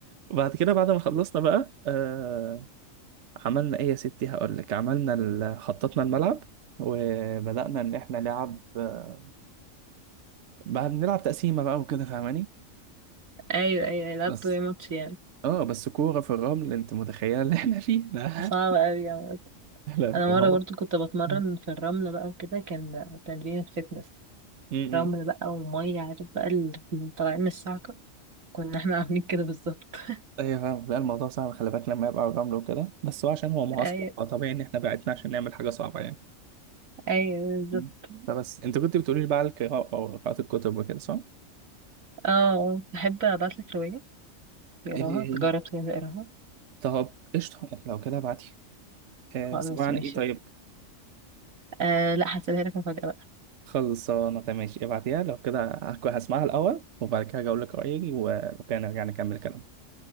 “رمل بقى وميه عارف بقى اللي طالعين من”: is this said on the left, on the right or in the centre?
Right